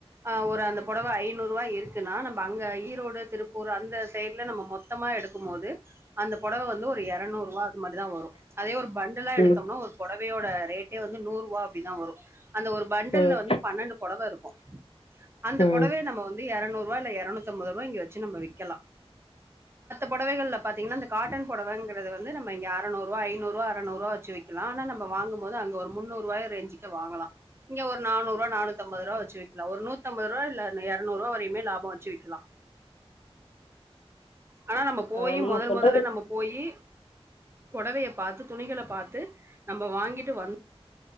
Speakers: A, on the right (about 25°); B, on the left (about 60°).
A: ஆ ஒரு அந்த பொடவ ஐநூறுவா இருக்குன்னா நம்ப அங்க ஈரோடு திருப்பூர் அந்த சைட்ல நம்ம மொத்தமா எடு கும் போது அந்த புடவை வந்து ஒரு இரனுறு ரூபா மட்டுத வரும் அதே ஒரு பண்டலா
B: ம்
A: எடுத்தோம்னா ஒரு புடவையோட ரேட்டே வந்து நூறு ரூபா அப்டிதா வரும் அந்த ஒரு பண்டல்லல
B: ம்
A: வந்து பன்னண்டு புடவ இருக்கு அந்த புடவைய
B: ம்
A: நம்ம வந்து இருநூறுரூவா இல்லன இருநூத்தி அம்பது ரூபா இங்க வச்சு நம்ம விக்கலா புடவகள்ல பாத்தீங்கா காட்டன் புடவங்கிறது நம இங்க அறநூறுரூபா ஐநூறுரூபா அறநூறுரூபா வச்சு விக் லாம் ஆனா நம்ம வாங்குபோது அங்க ஒரு முன்னூறு ரூபா ரேஞ்சுக்கு வாங்கலா இங்க ஒரு நானூறுரூபா நானூத்தம்பது ரூபா வச்ச விக்கலா ஒரு நூத்தம்பது ரூபா இல்ல இருநூறுரூவா வரையுமே லாபம் வெச்சி விக்கலா ஆனா நம்ம போயி
B: ஆ நீங்க
A: மொதல்
B: சொல்றது
A: மொதல்ல நம்ம போயி புடவய பாத்து துணிகள பாத்து நம்ம வாங்கிட்டு வந்